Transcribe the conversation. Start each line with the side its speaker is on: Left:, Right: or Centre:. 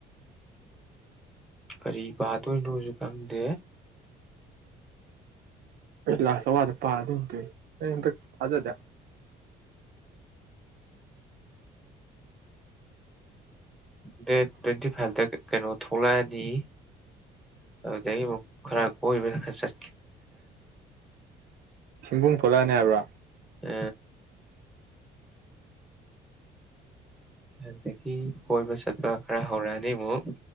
Centre: ꯀꯔꯤ ꯄꯥꯗꯣꯏꯅꯣꯁꯨ ꯈꯪꯗꯦ
Right: ꯑꯩ ꯂꯥꯁ ꯑꯋꯥꯗ ꯄꯥꯗꯗ ꯑꯩ ꯍꯟꯗꯛꯇ ꯊꯥꯖꯗꯦ
Centre: ꯗꯦꯠ ꯇ꯭ꯋꯦꯟꯇꯤ ꯐꯥꯏꯚꯇ ꯀꯩꯅꯣ ꯊꯣꯛꯂꯛꯑꯅꯤ ꯑꯗꯨꯗꯒꯤ ꯑꯃꯨꯛ ꯈꯔ ꯀꯣꯏꯕ ꯈꯔꯠ
Right: ꯁꯤꯕꯨꯡ ꯊꯂꯛꯑꯅꯤ ꯍꯥꯏꯕ꯭ꯔꯥ
Centre: ꯎ ꯑꯗꯒꯤ ꯀꯣꯏꯕ ꯆꯠꯄ ꯈꯔ ꯍꯧꯔꯛꯑꯅꯤ ꯑꯃꯨꯛ